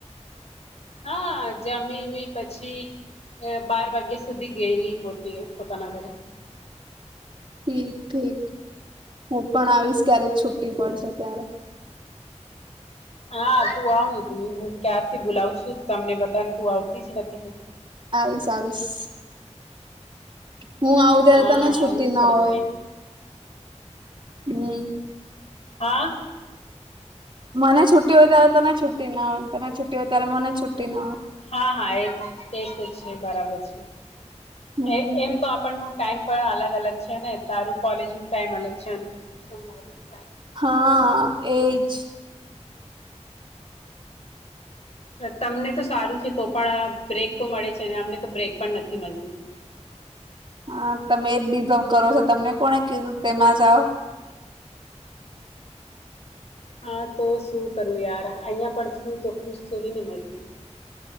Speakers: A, on the left (about 60°); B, on the right (about 45°).
A: હા જમીમી, પછી બાર વાગ્યા સુધી ગયેલી પોત તે પોતાના ઘરે.
B: ઠીક ઠીક હું પણ આવીશ ક્યારેક છુ્ટી પડશે ત્યારે
A: હા તું આવને તું હું ક્યારથી બોલાવું છું તમને બધાને તું આવતી જ નથી તું
B: આવીશ, આવીશ. હું આવુ ત્યારે
A: હા
B: તને છુટી
A: આવું જ
B: ના
A: પડશે
B: હોય. હમ્મ
A: હા
B: મને છુટ્ટી હોય ત્યારે તને છુ્ટી ના હોય તને છુ્ટ હો ત્યારે મને છુટ્ટી ના હોય.
A: હા હા એ એ તો છે બરાબર છે.
B: હમ
A: એ એમ તો નું ટાઈમ પણ અલગ અલગ છે. ને તારું કોલેજ નું ટાઈમ અલગ છે. તમારું
B: હા એજ <inaudible>
A: તમને તો સારું છે તો પણ બ્રેક તો મળે છે. અમને તો બ્રેક પણ નથી મળતું
B: હા તમે એ જ ડિઝર્વ કરો છો તમને કોને કીધું તેમાં જાઓ
A: હા તો શું કરું યાર અહિયાં પણ છું તો ખુશ થોડી ને મળ્યું.